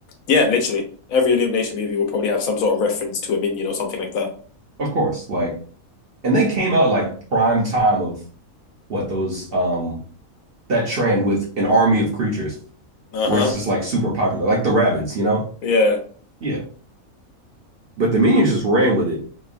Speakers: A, on the left; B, on the right.
A: Yeah, literally. Every Illumination movie will probably have some sort of reference to a minion or something like that.
B: Of course. Like and they came out like prime time of what those um that trend with an army of creatures
A: Uh-huh.
B: where it's just like super popular, like the rabbits, you know?
A: Yeah.
B: Yeah. But the minions just ran with it